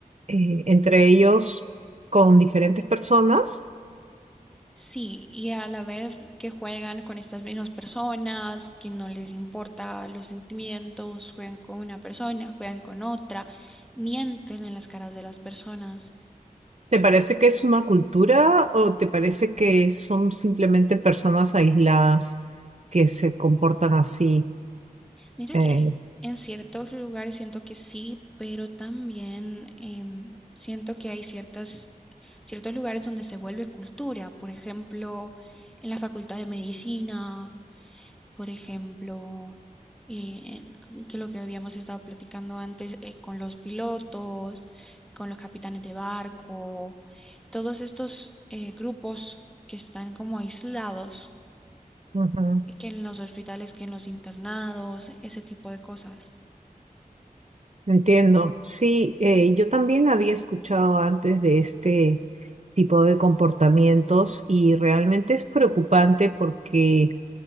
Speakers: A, on the right (about 50°); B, in the centre.
A: eh, entre ellos con diferentes personas?
B: Sí, y a la vez que juegan con estas mismas personas, que no les importa los sentimientos, juegan con una persona, juegan con otra, mienten en las caras de las personas
A: ¿Te parece que es una cultura o te parece que son simplemente personas aisladas que se comportan así?
B: Mira
A: Eh,
B: que en ciertos lugares siento que sí, pero también em, siento que hay ciertas, ciertos lugares donde se vuelve cultura. Por ejemplo, en la Facultad de Medicina, por ejemplo, eh, en- que lo que habíamos estado platicando antes eh, con los pilotos, con los capitanes de barco, todos estos eh, grupos que están como aislados,
A: ujú.
B: y que en los hospitales, que en los internados, ese tipo de cosas.
A: Entiendo. Sí, eh, yo también había escuchado antes de este tipo de comportamientos y realmente es preocupante porque